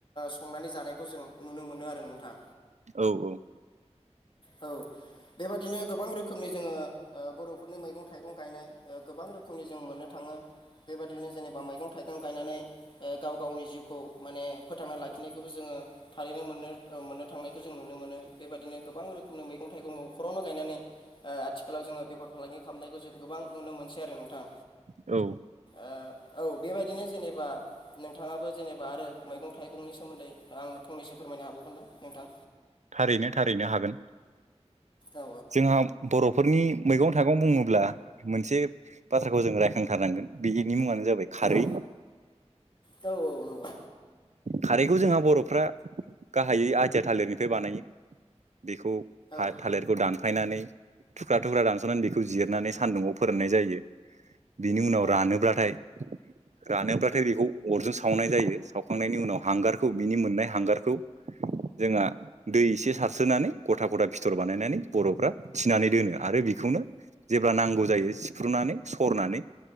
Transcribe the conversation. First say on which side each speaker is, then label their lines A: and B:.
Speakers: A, on the left; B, on the right.
A: संनानै जानायखौ जों नुनो मोनो आरो नोंथां।
B: औ औ
A: औ बेबादिनो गोबां रोखोमनि जोङो बर'फोरनि मैगं थाइगं गायनाय गोबां रोखोमनि जों मोननो थाङो। बेबायदिनो जेनेबा मैगं थाइगं गायनानै गाव गावनि जिउखौ माने फोथांना लाखिनायखौबो जोङो थारैनो मोननो मोननो थांनायखौ जों नुनो मोनो। बेबायदिनो गोबां रोखोमनि मैगं थाइगं न'खरावनो गायनानै आथिखालाव जोङो बेफार फालांगि खालामनायखौ जों गोबां नुनो मोनसै आरो नोंथां।
B: औ
A: ओ औ बेबायदिनो जेनेबा नोंथाङाबो जेनेबा आरो मैगं थाइगंनि सोमोन्दै आं नो फंनैसो फोरमायनो हाबावगोन ना नोंथां?
B: थारैनो थारैनो हागोन
A: औ
B: जोंहा बर'फोरनि मैगं थाइगं बुङोब्ला मोनसे बाथ्राखौ जों रायखांथारनांगोन बिनि मुङानो जाबाय खारै
A: औ औ औ नंगौ
B: खारैखौ जोंहा बर'फ्रा गाहायै आथिया थालिरनिफ्राय बानायो। बेखौ
A: औ
B: थालिरखौ दानफायनानै थुख्रा थुख्रा दानस'नानै बेखौ जिरनानै सान्दुुङाव फोराननाय जायो। बिनि उनाव
A: औ नंगौ औ नंगौ औ नंगौ औ नंगौ औ नंगौ औ नंगौ औ नंगौ औ
B: रानोब्लाथाय रानोब्लाथाय बेखौ अरजों सावनाय जायो सावखांनायनि बिनि उनावा हांगारखौ बिनि मोननाय हांगारखौ जोङा दै एसे सारस्रो नानै गथा गथा फिथर बानायनानै बर'फ्रा थिनानै दोनो आरो बेखौनो जेब्ला नांगौ जायो सिफ्र्लुनानै सरनानै